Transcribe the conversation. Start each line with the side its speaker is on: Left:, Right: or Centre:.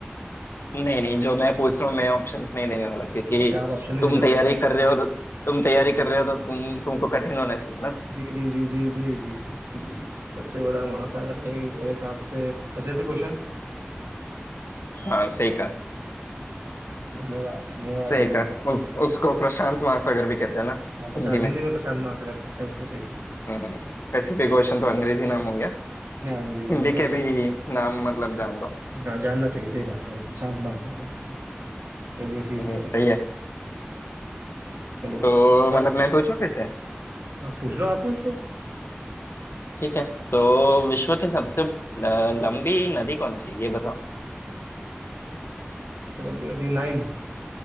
Left: नहीं नहीं जो मैं पूछ रहा हूँ मैं ऑप्शंस नहीं देने वाला क्योंकि
Right: अच्छा आप ऑप्शन नहीं
Left: तुम
Right: देने वाले
Left: तैयारी
Right: सही
Left: कर
Right: है
Left: रहे हो तुम तैयारी
Right: सही
Left: कर
Right: है
Left: रहे हो तो तुम तुमको कठिन होना चाहिए ना
Right: जी जी जी जी जी जी जी जी सबसे बड़ा महासागर है मेरे हिसाब से पैसिफिक ओशन
Left: हाँ सही
Right: धन्यवाद धन्यवाद
Left: सही
Right: धन्यवाद
Left: कहा उस उसको प्रशांत महासागर भी कहते हैं ना
Right: वहाँ प्रशांत
Left: हिंदी में
Right: हिंदी में प्रशांत महासागर कहते हैं उसको सही है
Left: हम्म, पैसिफिक ओशन तो अंग्रेजी नाम हो गया
Right: हाँ अंग्रेजी नाम
Left: हिंदी
Right: हो गया उसको
Left: के भी नाम मतलब जान लो
Right: हाँ जानना चाहिए सही बात है प्रशांत महासागर चलिए ठीक
Left: हम्म,
Right: है
Left: सही है
Right: चलो
Left: तो
Right: मेरा
Left: मतलब मैं पूछूं फिर से
Right: आप पूछ लो आप पूछ लो
Left: ठीक है तो विश्व की सबसे ल- लंबी नदी कौन सी है ये बताओ
Right: तेरा दी नाइल